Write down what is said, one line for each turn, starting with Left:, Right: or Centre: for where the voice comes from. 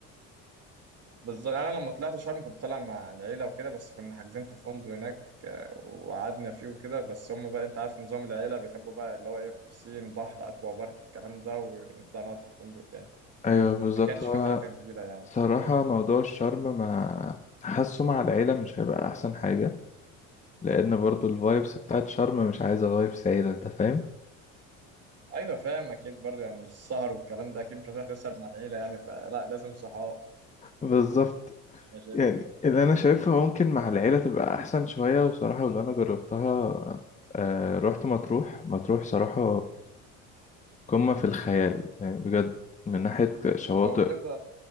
Right: بالظبط انا لما طلعت شرم كنت طالع مع العيله وكده بس كنا حاجزين في فندق هناك وقعدنا فيه وكده بس هم بقى انت عارف نظام العيله بيحبوا بقى اللي هو ايه بسين بحر اكوا بارك الكلام ده ونطلع نقعد في الفندق تاني
Left: أيوه بالظبط
Right: ما كانش
Left: هو
Right: في حركه كبيره يعني
Left: صراحة موضوع الشرم ما حاسه مع العيلة مش هيبقى أحسن حاجة لأن برضو الفايبس بتاعت شرم مش عايزة فايبس عيلة أنت فاهم
Right: ايوه فاهم اكيد برضه يعني السهر والكلام ده اكيد مش هتروح تسهر مع العيله يعني فلا لازم صحاب
Left: بالظبط
Right: أنا شايف
Left: يعني اللي انا شايفها ممكن مع العيله تبقى احسن شويه وصراحه واللي انا جربتها آه رحت مطروح مطروح صراحه قمه في الخيال يعني بجد من ناحيه شواطئ
Right: طب لو كده